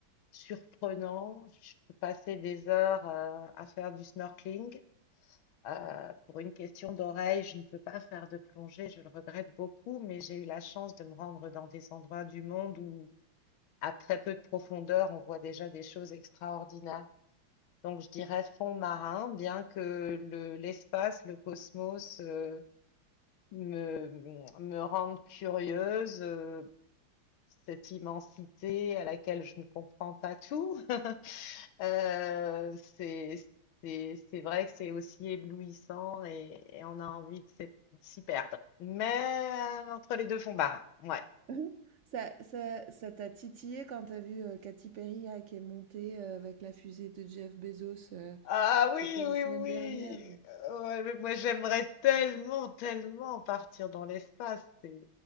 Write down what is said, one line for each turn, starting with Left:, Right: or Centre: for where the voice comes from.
Left: surprenant. Je peux passer des heures euh, à faire du snorkeling. Euh, pour une question d'oreille, je ne peux pas faire de plongée, je le regrette beaucoup, mais j'ai eu la chance de me rendre dans des endroits du monde où, à très peu de profondeur, on voit déjà des choses extraordinaires. Donc, je dirais fond marin, bien que le- l'espace, le cosmos, euh, me, me rendent curieuse. euh, cette immensité à laquelle je ne comprends pas tout. <laughs> Euh, c'est, c'est, c'est vrai que c'est aussi éblouissant et, et on a envie de s'y s'y perdre. Mais euh, entre les deux fonds marins, ouais.
Right: <laughs> Ça ça ça t'a titillé quand t'as vu, heu, Katy Perry là, qui est montée, heu, avec la fusée de Jeff Bezos, heu,
Left: Ah
Right: je
Left: oui,
Right: sais pas, la
Left: oui,
Right: semaine
Left: oui.
Right: dernière?
Left: Ouais, mais moi j'aimerais tellement, tellement partir dans l'espace. C'est,